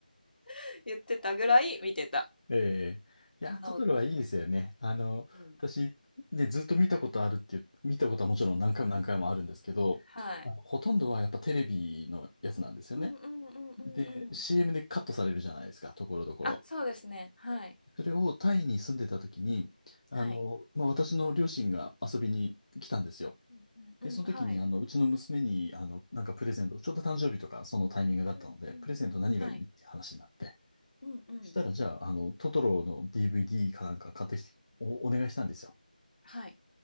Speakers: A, on the left; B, on the left.
A: <laughs> 言ってたぐらい見てた。
B: ええいや、
A: ノートですね。
B: トトロはいいですよね。あの、
A: うん。
B: 私、ね、ずっと見たことあるっていう、見たことはもちろん何回も何回もあるんですけど、
A: はい。
B: あの、ほとんどはやっぱテレビのやつなんですよね。
A: うんうんうんうんうん。
B: で、CM でカットされるじゃないですか、ところどころ。
A: あ、そうですね。はい。
B: それをタイに住んでた時に、あの、
A: はい。
B: まあ、私の両親が遊びに来たんですよ。
A: うんうんうん。
B: で、その時に、
A: はい。
B: あの、うちの娘に、あの、なんかプレゼント、ちょうど誕生日とか、そのタイミングだったので、
A: うんうん。
B: プレゼント何がいいって話になって、
A: はい。うんうん。
B: そしたら、じゃあ、あの、トトロの DVD かなんか買ってきて、お、お願いしたんですよ。
A: はい。